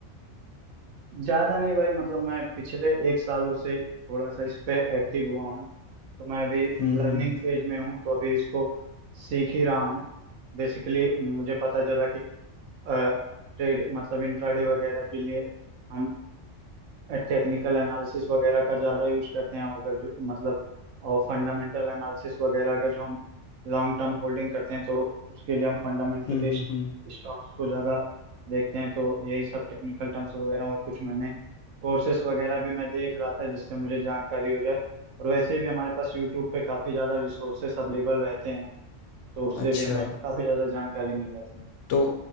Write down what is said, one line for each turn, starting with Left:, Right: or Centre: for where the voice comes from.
Right: ज्यादा नहीं भाई मतलब मैं पिछले एक सालों से थोड़ा सा इस पे एक्टिव हुआ हूँ तो मैं अभी
Left: हम्म
Right: लर्निंग
Left: हम्म
Right: फेज में हूँ तो अभी इसको सीख ही रहा हूँ बेसिकली मुझे पता चला कि ट्रेड मतलब इंट्राडे वगैरह के लिए हम टेक्निकल एनालिसिस वगैरह का ज़्यादा यूज करते हैं अगर जो मतलब और फंडामेंटल एनालिसिस वगैरह अगर जो हम लॉन्ग टर्म होल्डिंग करते हैं तो उसके लिए हम फंडामेंटली
Left: हम्म हम्म
Right: स्टॉक्स
Left: हम्म
Right: को ज़्यादा देखते हैं तो यही सब टेक्निकल टर्म्स वगैरह और कुछ मैंने कोर्सेस वगैरह भी मैं देख रहा था जिससे मुझे जानकारी हो जाए और वैसे भी हमारे पास यूट्यूब पे काफ़ी ज़्यादा रिसोर्सेस अवेलेबल रहते हैं तो उससे
Left: अच्छा
Right: भी हमें काफ़ी ज़्यादा जानकारी मिल जाती है
Left: तो